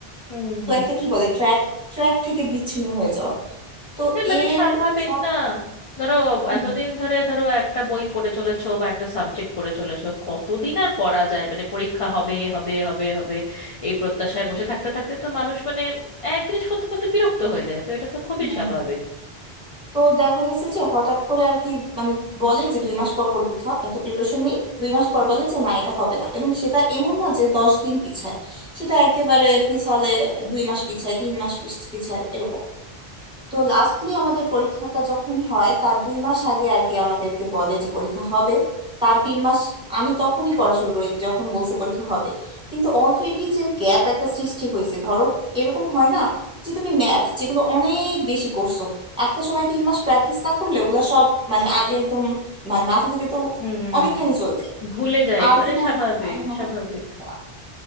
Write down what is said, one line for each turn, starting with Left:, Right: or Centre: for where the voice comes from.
Left: হুম
Centre: তো
Left: হুম
Centre: একটা কি বলে ট্র্যাক ট্র্যাক থেকে বিচ্ছিন্ন হয়ে যাওয়া তো
Left: হ্যাঁ মানে
Centre: এর
Left: স্বাভাবিক
Centre: সব
Left: না ধরো
Centre: হুম,
Left: এতদিন ধরে ধরো একটা বই পড়ে চলেছো বা একটা সাবজেক্ট পড়ে চলেছো কতদিন আর পড়া যায় মানে পরীক্ষা হবে হবে হবে হবে এই প্রত্যাশায় বসে থাকতে থাকতে তো মানুষ মানে এক জিনিস করতে করতে বিরক্ত হয়ে যায় তো এটা তো খুবই
Centre: হ্যাঁ।
Left: স্বাভাবিক
Centre: তো দেখা গেছে যে হঠাৎ করে আর কি মানে বলে যে দুই মাস পর পরীক্ষা একটা প্রিপারেশন নেই দুই মাস পর বলে যে না এটা হবে না এবং সেটা এমন না যে দশ দিন পিছায় সেটা একেবারে পিছালে দুই মাস পিছায় তিন মাস পিছ- পিছায় এরকম তো লাস্টলি আমাদের পরীক্ষাটা যখন হয় তার দুই মাস আগে আর কি আমাদেরকে বলে যে পরীক্ষা হবে তার তিন মাস আমি তখনই পড়া শুরু করি যখন বলছে পরীক্ষা হবে কিন্তু অলরেডি যে গ্যাপ একটা সৃষ্টি হয়েছে ধরো এরকম হয় না যে তুমি ম্যাথ যেগুলো অনেক বেশি করছো একটা সময় তিন মাস প্র্যাকটিস না করলে ওগুলো সব মানে আগে একদম মানে মাথা থেকে তো
Left: হুম
Centre: অনেকখানি চলে যায়
Left: ভুলে যাই
Centre: আর
Left: আরে
Centre: কিন্তু
Left: স্বাভাবিক
Centre: ওই রকম আগের মতো
Left: স্বাভাবিক
Centre: হয় না।